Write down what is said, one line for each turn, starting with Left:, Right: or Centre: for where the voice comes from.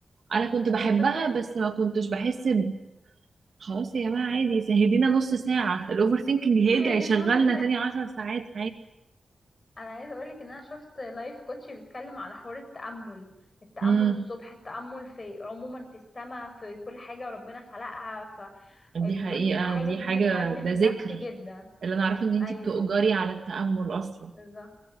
Right: انا كنت بحبها
Left: وفكرة
Right: بس
Left: <laughs>
Right: ما كنتش بحس ب- خلاص يا جماعة عادي سهدينا نص ساعة الاوفر ثينكينج هيرجع
Left: هي دي
Right: يشغلنا
Left: نص ساعة
Right: تاني عشر ساعات
Left: انا عايزة اقولك ان انا شفت لايف كوتش بيتكلم على حوار التأمل التأمل
Right: عادي
Left: الصبح التأمل في عموما في السماء في كل حاجة ربنا خلقها فبيقول
Right: دي حقيقة
Left: ان الحاجة
Right: دي
Left: دي
Right: حاجة
Left: بتهدم
Right: ده
Left: النفس
Right: ذكر
Left: جدا
Right: اللي أنا أعرفه إن أنتي
Left: ايوه
Right: بتؤجري على التأمل أصلا
Left: بالظبط